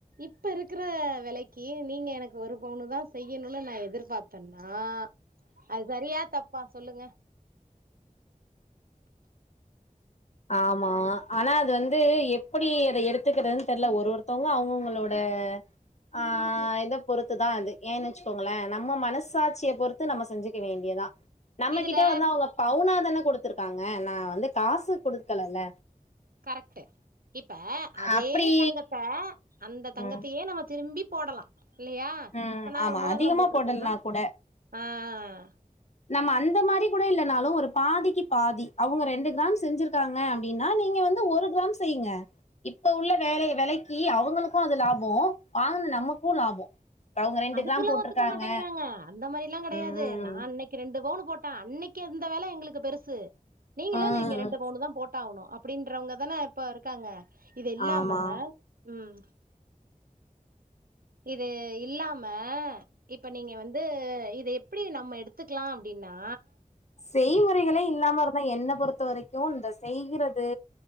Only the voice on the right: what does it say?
இப்ப இருக்கிற வெலைக்கி நீங்க எனக்கு ஒரு பவுனு தா செய்யணுனு நான் எதிர்பாத்தன்னா அது சரியா தப்பா சொல்லுங்க
இதுல
கரக்ட்டு இப்ப அதே
தங்கத்த அந்த தங்கத்தியே
நம்ப திரும்பி போடலா இல்லையா
இப்ப நா
ஒரு மோதுரோ
போட்ருக்கென்னா
ஆஹ்
அதுக்குலா
ஒத்துக்க மாட்டேங்குறாங்க அந்த மாரிலா கெடயாது
நா அன்னைக்கு ரெண்டு பவுனு போட்ட அன்னைக் கு அந்த வெல எங்குளுக்கு பெருசு நீங்களு
நீங்க ரெண்டு பவுனுதா போட்டாவுணு அப்டின்றவுங்கதான இப்ப இருக்காங்க இது இல்லாம
ம் இது இல்லாம இப்ப நீங்க வந்து இத எப்பிடி நம்ம எடுத்துக்லா அப்டின் னா